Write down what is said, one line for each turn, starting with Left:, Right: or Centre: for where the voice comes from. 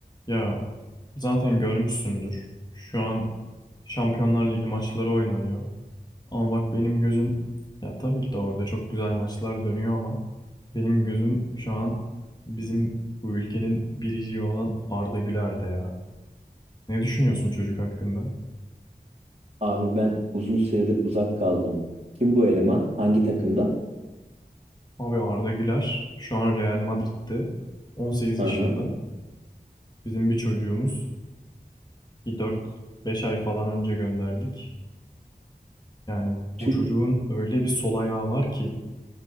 Left: Ya zaten görmüşsündür. Şu an Şampiyonlar Ligi maçları oynanıyor. Ama bak benim gözüm ya tabii ki de orada çok güzel maçlar dönüyor ama benim gözüm şu an bizim bu ülkenin biriciği olan Arda Güler'de ya. Ne düşünüyorsun çocuk hakkında?
Right: Abi ben uzun süredir uzak kaldım. Kim bu eleman? Hangi takımda?
Left: Abi Arda Güler şu an Real Madrid'de 18
Right: Hı
Left: yaşında.
Right: hı.
Left: Bizim bir çocuğumuz bir 4-5 ay falan önce gönderdik. Yani
Right: Türk
Left: bu çocuğun öyle bir sol ayağı var ki